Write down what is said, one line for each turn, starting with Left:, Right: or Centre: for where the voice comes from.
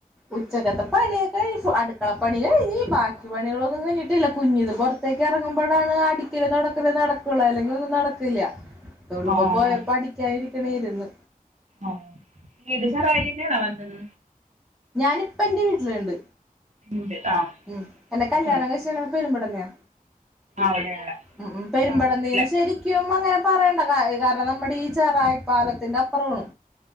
Centre: ഉച്ചക്കത്തെ പണിയൊക്കെ ആയി അടുക്കള പണി കഴിഞ്ഞ്, ബാക്കി പണികളൊന്നും കഴിഞ്ഞിട്ടില്ല, കുഞ്ഞിത് പൊറത്തേക്ക് ഇറങ്ങുമ്പോഴാണ് അടിക്കലും തൊടക്കലും നടക്കുള്ളൂ, അല്ലെങ്കി ഒന്നും നടക്കില്ലാ. <unintelligible>
Right: ആഹ്
Centre: പോയാ പഠിക്കാനിരിക്കണേയിരുന്നു
Right: ആഹ് വീട് ശറായി തന്നെയാണാ വന്നത്?
Centre: ഞാനിപ്പം എൻ്റെ വീട്ടിലുണ്ട്.
Right: ഉണ്ട് ആഹ്
Centre: ഉം എന്നെ കല്യാണം
Right: ആഹ്
Centre: കഴിച്ചേക്കണ പെരുമ്പടുന്നെയാ
Right: അവിടെയാണ്
Centre: ഉം ഉം പെരുമ്പടന്തേന്ന്
Right: പറവൂരല്ലേ
Centre: ശരിക്കും അങ്ങനെ പറയേണ്ട കാ കാരണം നമ്മുടെ ഈ ചെറായി പാലത്തിന്റെ അപ്പുറാണ്.